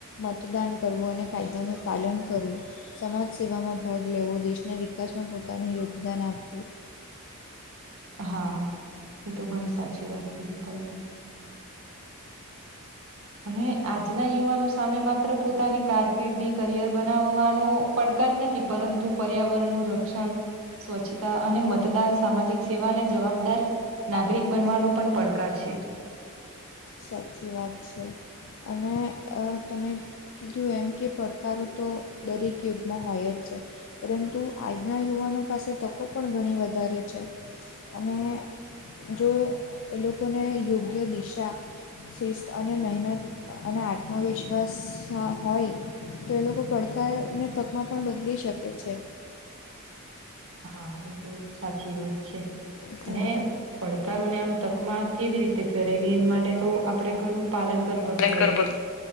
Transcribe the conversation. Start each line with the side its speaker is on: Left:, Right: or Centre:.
Left: મતદાન કરવું અને કાયદાનું પાલન કરવું સમાજસેેવામાં ભાગ લેવો દેશના વિકાસમાં પોતાનું યોગદાન આપવું
Right: હા એ તો ઘણી સાચી વાત કીધી તમે અને આજના યુવાનો સામે માત્ર પોતાની કરિયર બનાવવાનો નથી પરંતુ પર્યાવરણનું સરક્ષણ સ્વચ્છતા અને મતદાન સામાજિક સેવા અને જવાબદાર નાગરિક બનવાનો પણ પડકાર છે.
Left: સાચી વાત છે. અને તમે કીધું એમ કે પડકારો તો દરેક યુગમાં હોય જ છે. પરંતુ આજના યુવાનો પાસે તકો પણ ઘણી વધારે છે. અને જો એ લોકોને યોગ્ય દિશા શિસ્ત મહેનત અને આત્મવિશ્વાસ હોય તો એ લોકો પડકારને તકમાં પણ બદલી શકે છે.
Right: હા એ તો સાચી વાત છે.
Left: હા
Right: અને પડકારોને આમ તકમાં કેવી રીતે ફેરવીએ એ માટે તો આપડે ઘણું પાલન કર પડતે
Left: પાલન કરવું